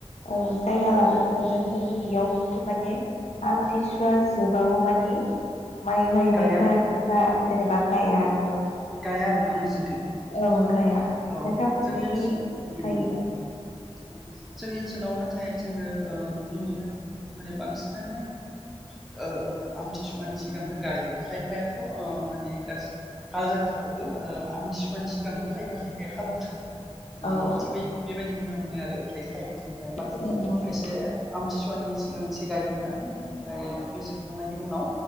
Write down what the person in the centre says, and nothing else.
गाया
गाया आरो ना नोंसोरनि
औ
जोंनि ओनसोल ओम
जोंनि ओनसो लाव नाथाय जोङो ओ नुनो मोनो माने बांसिनानो ओ आमथिसुवानि सिगांनो गायो खायफायाथ ओ माने गासै हाल जांख्राखोबो आमथिसुवानि सिगांबो खायफा खायफा बे <unintelligible> ओ
थिग बाय बेबायदि नुनो मोनो आरो ओमफ्राय खायफाया ओमफ्राय बाख
खायसे आमथिसुवानि सिगां एसे गायग्रानै ओमफ्राय बे जोबखांनायनि उनाव